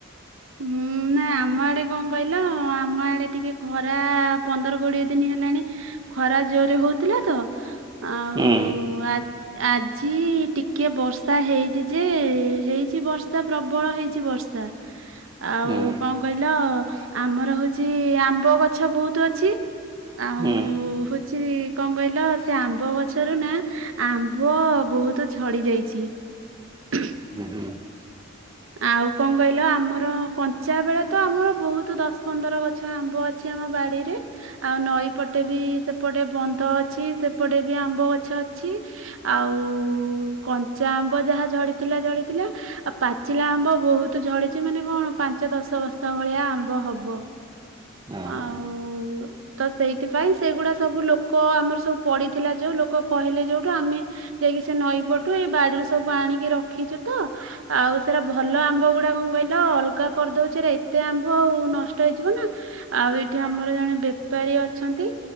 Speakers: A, on the right (about 75°); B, on the right (about 20°).
A: ହୁଁ ନା। ଆମ ଆଡେ କଣ କହିଲ? ଆମ ଆଡେ ଟିକେ ଖରା ପନ୍ଦର କୋଡିଏ ଦିନି ହେଲାଣି ଖରା ଜୋରେ ହଉଥିଲା ତ, ଆଉ-ଉଁ
B: ହୁଁ
A: ଆଜ୍ ଆଜି ଟିକେ ବର୍ଷା ହେଇଚି ଯେ, ହେଇଛି ବର୍ଷା ପ୍ରବଳ ହେଇଛି ବର୍ଷ ଷା। ଆଉ
B: ହୁଁ
A: କଣ କହିଲ? ଆମର ହଉଛି, ଆମ୍ବ ଗଛ ବହୁତ ଅଛି। ଆ
B: ହୁଁ।
A: ଓ ହୁଛି କଣ କହିଲ, ସେ ଆମ୍ବ ଗଛରୁ ନା? ଆମ୍ବ ବହୁତୁ ଝଡି ଯାଇଛି। ହ <inaudible>
B: ହୁ ହୁଁ।
A: ଆଉ, କଣ କହିଲ? ଆମର କଞ୍ଚା ବେଳେ ତ ଆମର ବହୁତ ଦଶ ପନ୍ଦର ଗଛ ଛ ଆମ୍ବ ଅଛି, ଆମ ବାଡିରେ। ଆଉ ନଈ ପଟେ ବି ସେପଟେ ବନ୍ଧ ଅଛି, ସେପଟେ ବି ଆମ୍ବ ଗ ମାଛ ଅଛି ଆଉ-ଉ, କଞ୍ଚା ଆମ୍ବ ଯାହା ଝଡ଼ିଥିଲା ଝଡ଼ିଥିଲା। ଆଉ ପା ପାଚିଲା ଆମ୍ବ ବହୁତ ଝଡିଛି ମାନେ କଣ? ପାଞ୍ଚ ଦଶ ବସ୍ତା ଭଳିଆ ଆମ୍ବ ହବ।
B: ଓହୋ।
A: ଆଉ-ଉ ତ ସେଇଥିପାଇଁ ସେଗୁଡା ସବୁ ଲୋକ ଆମର ସବୁ ପଡିିଥିଲା ଯୋଉ ଲୋକ କହିଲେ ଯୋଉଠୁ ଆମେ ଯାଇକି ସେ ନଈ ପଟୁ ଏଇ ବାଡିରୁ ସବୁ ଆଣିକି ରଖିଛୁ ତ? ଆଉ ସେରା ଭଲ ଆମ୍ବ ଗୁଡା କଣ କହିଲ ଅଲଗା କରିଦଉଛି, ଏତେ ଆମ୍ବ ଆଉ ନଷ୍ଟ ନଷ୍ଟ ହେଇିଯିବ ନା, ଆଉ ଏଇଠି ଆମର ଜଣେ ବେପାରୀ ଅଛନ୍ତି।